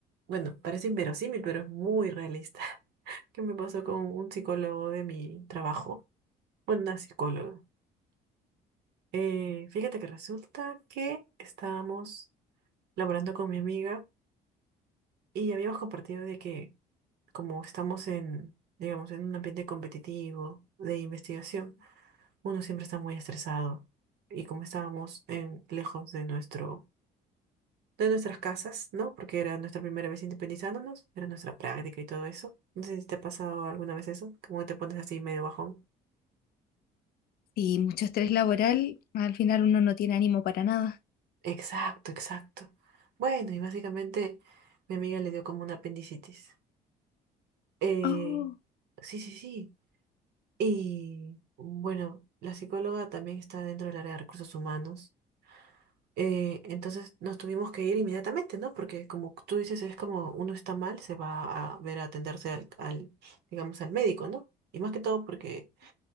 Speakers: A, on the right (about 75°); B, on the left (about 65°).
A: bueno, parece inverosímil, pero es muy realista. <laughs> Que me pasó con un psicólogo de mi trabajo. una psicóloga. Eh, fíjate que resulta que estábamos laborando con mi amiga y habíamos compartido de que como estamos en, digamos, en un ambiente competitivo de investigación, uno siempre está muy estresado. Y como estábamos en, lejos de nuestro, de nuestras casas, ¿no? Porque era nuestra primera vez independizándonos, era nuestra práctica y todo eso. No sé si te ha pasado alguna vez eso, como que te pones así medio bajón.
B: Y mucho estrés laboral, al final uno no tiene ánimo para nada.
A: Exacto, exacto. Bueno, y básicamente mi amiga le dio como una apendicitis. Eh,
B: Oh,
A: sí, sí, sí. Y bueno, la psicóloga también está dentro del área de recursos humanos. Eh, entonces nos tuvimos que ir inmediatamente, ¿no? Porque como tú dices, es como uno está mal, se va a ver a atenderse al, al, digamos, al médico, ¿no? Y más que todo porque